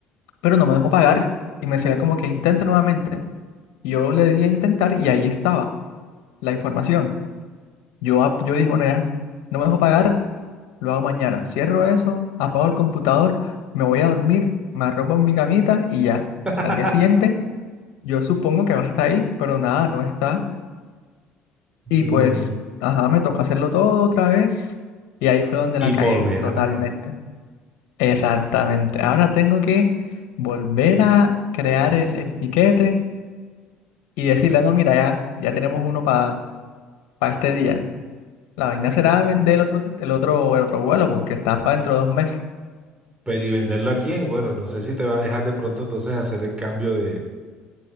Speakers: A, on the left; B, on the right.
A: pero no me dejó pagar y me decía como que intente nuevamente. Y Yo le di a intentar y ahí estaba la información. Yo, ap- yo dije, bueno, ya, no me dejó pagar, Lo hago mañana. Cierro eso, apago el computador, me voy a dormir, me arropo en mi camita y ya.
B: <laughs>
A: Al día siguiente, yo supongo que va a estar ahí, pero nada, no está. Y
B: No.
A: pues, ajá, me toca hacerlo todo otra vez. Y ahí fue donde
B: Y
A: la cagué
B: volver
A: totalmente.
B: a pagar.
A: Exactamente. Ahora tengo que volver a crear el, el tiquete y decirle, no, mira, ya, ya tenemos uno para este día. La vaina será vender el otro, el otro, el otro vuelo porque está para dentro de dos meses.
B: Pero y venderlo a quién, bueno, no sé si te va a dejar de pronto entonces hacer el cambio de,